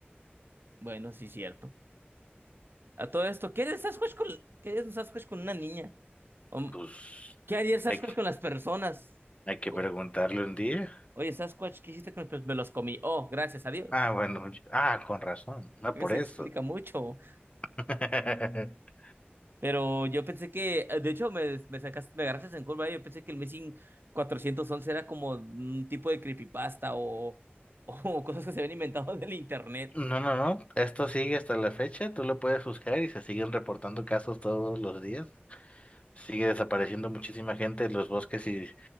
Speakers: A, on the right; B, on the left.
A: Bueno, sí, cierto. A todo esto, ¿qué haría el Sasquatch con, qué haría un Sasquatch con una niña? Om,
B: Pues
A: ¿Qué haría el Sasquatch
B: hay que,
A: con las personas?
B: hay que
A: Co-
B: preguntarle un día.
A: Oye, Sasquatch, ¿qué hiciste con las personas? Me los comí. Oh, gracias a Dios.
B: Ah, bueno, ah, con razón, no
A: Eso
B: por eso.
A: explica mucho.
B: <laughs>
A: Pero yo pensé que, eh, de hecho, me, me sacaste, me agarraste en curva. eh, Yo pensé que el Missing cuatrocientos once era como un tipo de creepypasta o, <laughs> o cosas que se habían inventado del internet.
B: No, no, no. Esto sigue hasta la fecha. Tú lo puedes buscar y se siguen reportando casos todos los días. Sigue desapareciendo muchísima gente en los bosques y